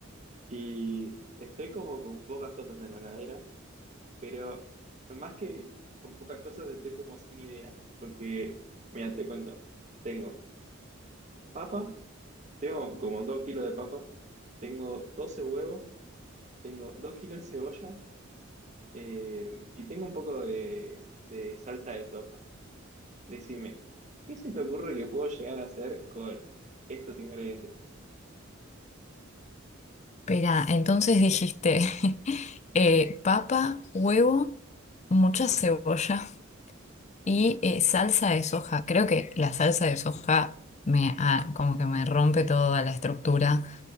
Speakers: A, on the right; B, on the left.
A: y estoy como con pocas cosas en la heladera, pero más que con pocas cosas estoy como sin idea, porque, mira, te cuento, tengo papa, tengo como dos kilos de papa, tengo 12 huevos, tengo dos kilos de cebolla eh, y tengo un poco de, de salsa de soja. Decime, ¿qué se te ocurre que puedo llegar a hacer con estos ingredientes?
B: Espera, entonces dijiste <laughs> eh, papa, huevo, mucha cebolla y eh, salsa de soja. Creo que la salsa de soja me ah, como que me rompe toda la estructura.